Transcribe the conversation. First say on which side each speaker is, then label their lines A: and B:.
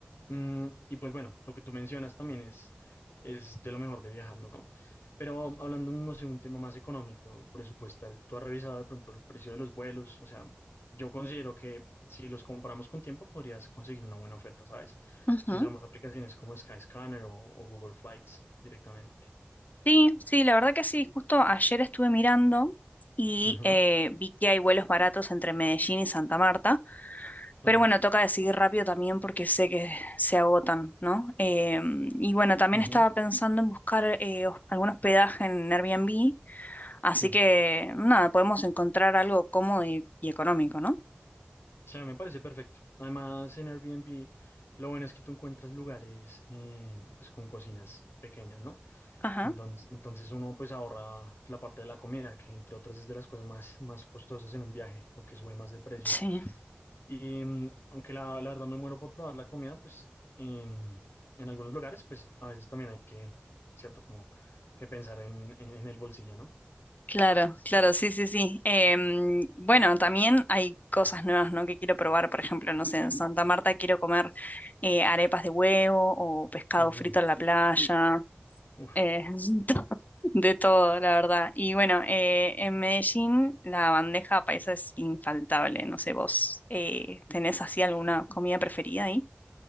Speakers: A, on the left (about 80°); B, on the left (about 45°).
A: Mm, y pues bueno, lo que tú mencionas también es, es de lo mejor de viajar, ¿no? Pero hablando, no sé, un tema más económico, presupuestal, ¿tú has revisado de pronto el precio de los vuelos? O sea, yo considero que si los compramos con tiempo podrías conseguir una buena oferta, ¿sabes?
B: ujú.
A: Si usamos aplicaciones como Skyscanner o, o Google Flights directamente.
B: Sí, sí, la verdad que sí, justo ayer estuve mirando y
A: Ujú,
B: eh, vi que hay vuelos baratos entre Medellín y Santa Marta,
A: claro.
B: pero bueno, toca decidir rápido también porque sé que se agotan, ¿no? Em, y bueno, también
A: Ujú,
B: estaba pensando en buscar eh, hos- algún hospedaje en Airbnb, así
A: sí.
B: que nada, podemos encontrar algo cómodo y, y económico, ¿no?
A: O sea, me parece perfecto. Además, en Airbnb, lo bueno es que tú encuentras lugares eh, pues con cocinas pequeñas, ¿no?
B: Ajá.
A: Entonces, entonces uno pues ahorra pues, la parte de la comida, que entre otras es de las cosas más, más costosas en un viaje, lo que sube más de precio.
B: Sí.
A: Y mm, aunque la, la verdad me muero por probar la comida, pues em, en algunos lugares, pues a veces también hay que, ¿cierto? Como que pensar en, en, en el bolsillo, ¿no?
B: Claro, claro, sí, sí, sí. Em, bueno, también hay cosas nuevas, ¿no? Que quiero probar, por ejemplo, no sé, en Santa Marta quiero comer eh, arepas de huevo o pescado
A: Eh,
B: frito en la playa,
A: uf,
B: eh, <laughs> to- de todo, la verdad. Y bueno, eh, en Medellín la bandeja paisa es infaltable, no sé, vos eh, ¿tenés así alguna comida preferida ahí?